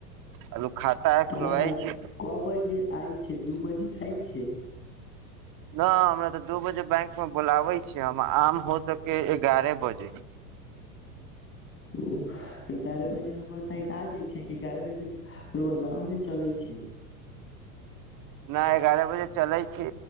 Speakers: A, on the right; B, on the left.
A: अबू खाता है
B: तऽ
A: खोलबाइ छै
B: क बजे आइ छै दू बजे आय छै
A: नहि हमरा तऽ दू बजे बैंकमे बुलाबै छिय हम आम हो सकेै एगारह बजे
B: ओ एगारह बजे हमर साइड आ जाइ छै एगारह बजे से गाँव से चलै छै
A: नहि एगारह बजे चलै छी